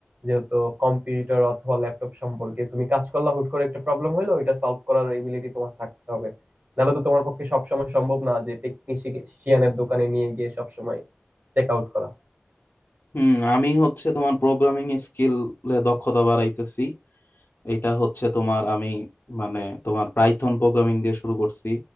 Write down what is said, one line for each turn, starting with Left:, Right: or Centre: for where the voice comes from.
Right: যেহেতু কম্পিউটার অথবা ল্যাপটপ সম্পর্কে তুমি কাজ করলা হুট করে একটা প্রবলেম হলো ওইটা সলভ করার এবিলিটি তোমার থাকতে হবে নাহলে তো তোমার পক্ষে সবসময় সম্ভব না যে টেকনিশিয়ানের দোকানে নিয়ে গিয়ে সবসময় চেক আউট করা
Left: হুম আমি হচ্ছে তোমার প্রোগ্রামিং স্কিলে দক্ষতা বাড়াইতেছি এটা হচ্ছে তোমার আমি মানে তোমার পাইথন প্রোগ্রামিং দিয়ে শুরু করছি